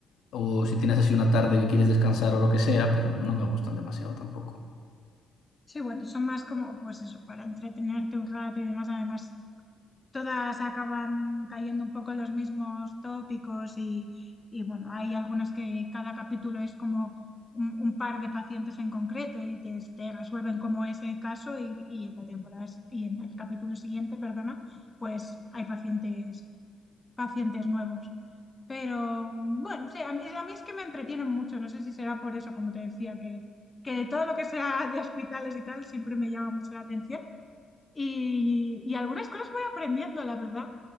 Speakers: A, on the left; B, on the left.
A: O si tienes así una tarde que quieres descansar o lo que sea, pero no me gustan demasiado tampoco.
B: Sí, bueno, son más como, pues eso, para entretenerte un rato y demás. Además, todas acaban cayendo un poco en los mismos tópicos y, y, bueno, hay algunas que cada capítulo es como un, un par de pacientes en concreto y te, te resuelven como ese caso y, y en la temporada y en el capítulo siguiente, perdona, pues hay pacientes, pacientes nuevos. Pero bueno, sí, a mí, a mí es que me entretienen mucho, no sé si será por eso, como te decía, que, que de todo lo que sea de hospitales y tal siempre me llama mucho la atención. Y, y algunas cosas voy aprendiendo, la verdad.